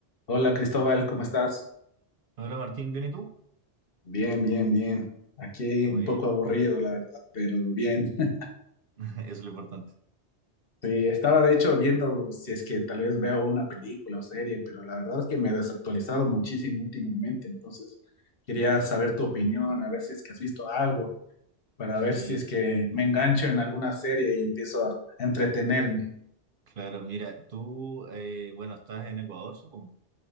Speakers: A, on the left; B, on the right.
A: Hola Cristóbal, ¿cómo estás?
B: Hola Martín, ¿bien y tú?
A: Bien, bien, bien. Aquí
B: Qué bueno,
A: un poco aburrido, la verdad, pero bien. <laughs>
B: <laughs> eso es lo importante.
A: Sí, estaba de hecho viendo si es que tal vez veo una película o serie, pero la verdad es que me he desactualizado muchísimo últimamente, entonces quería saber tu opinión, a ver si es que has visto algo, para
B: Sí,
A: ver si es que me engancho en alguna serie y empiezo a entretenerme.
B: claro, mira, tú, eh, bueno, estás en Ecuador, supongo.